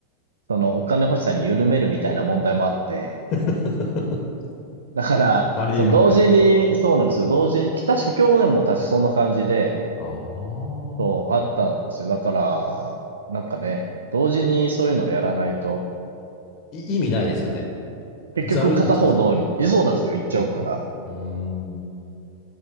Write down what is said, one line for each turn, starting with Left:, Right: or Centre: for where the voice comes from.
Right: その、お金欲しさに緩めるみたいな問題もあって、
Left: <laughs>
Right: だから、
Left: ありえますね。
Right: その同時に、そうなんですよ。同時に、確か去年も確かそんな感じで、
Left: ああ。
Right: そう、あったんですよ。だから、なんかね、同時にそういうのをやらないと、
Left: い意味ないですよね。
Right: 結局片方の方に、
Left: ざるになっちゃいますね。
Right: えそうなんですよ、行っちゃうから。
Left: うん。うん。うーん